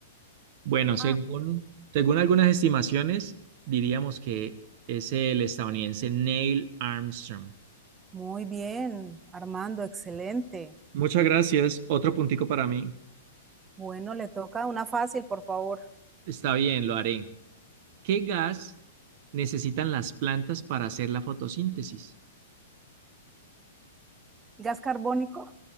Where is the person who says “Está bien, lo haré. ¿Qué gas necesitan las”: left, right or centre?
Right